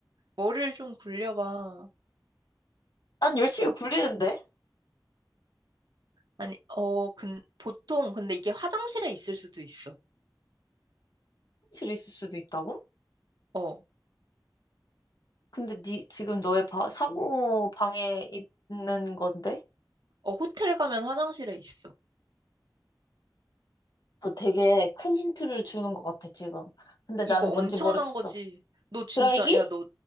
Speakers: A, on the right; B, on the left.
A: 머리를 좀 굴려봐.
B: 난 열심히 굴리는데?
A: 아니, 어, 근, 보통, 근데 이게 화장실에 있을 수도 있어.
B: 사실 있을 수도 있다고?
A: 어,
B: 근데 니 지금 너의 바, 사무 방에 있는 건데?
A: 어, 호텔 가면 화장실에 있어.
B: 너 되게 큰 힌트를 주는 것 같아, 지금. 근데 나는
A: 이거 엄청난
B: 뭔지 모르겠어.
A: 거지. 너 진짜,
B: 드라이기?
A: 야, 너,